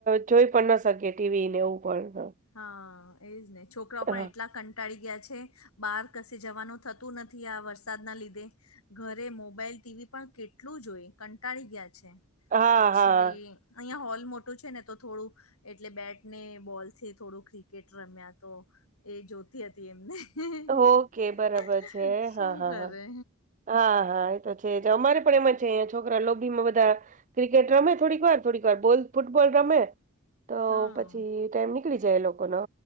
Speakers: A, on the right (about 35°); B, on the left (about 85°).
A: જોઈ પણ ના શકી ટીવી ને એવું પણ
B: હા એજ ને છોકરાઓ
A: હા
B: પણ એટલા કં ટાળી ગયા છે બહાર કશે જવાનું થતું નથી આ વરસાદના લીધે ઘરે મોબાઈલ ટીવી પણ કેટલું જોયે કંટાળી ગયા છે.
A: હા
B: પછી
A: હા
B: અહિયાં હોલ મોટું છે ને તો થોડું એટલે બેટ ને બોલ તે થોડું ક્રિકેટ રમ્યા તો એ જોતી હતી એમને <unintelligible>
A: ઓકે બરાબર છે
B: શું
A: હા હા
B: કરે
A: હા હા હા એ તો છે અમારે પણ એમાં છે અયા છોકરા લોભીમાં બધા ક્રિકેટ રમે થોડીક વાર થોડીક વાર બોલ ફૂટબોલ રમે તો
B: હા
A: પછી ટાઈમ નીકળી જાય એ લોકો ન